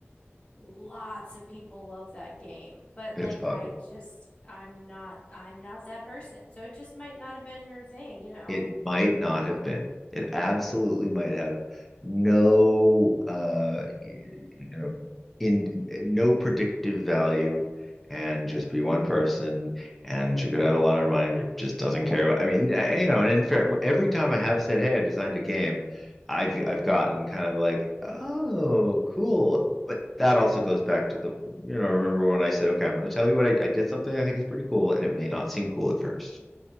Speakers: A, on the left; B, in the centre.
A: lots of people love that game, but
B: It's
A: like
B: popular.
A: I just I'm not I'm not that person. So it just might not have been her thing, you know.
B: It might not have been. It absolutely might have no uh you know in no predictive value and just be one person and she could have had a lot on her mind or just doesn't care. I mean, I- you know, and in fair, every time I have said, "Hey, I designed a game," I've I've gotten kind of like, "Oh, cool." But that also goes back to the, you know, remember when I said, "Okay, I'm going to tell you what I, I did something I think is pretty cool," and it may not seem cool at first.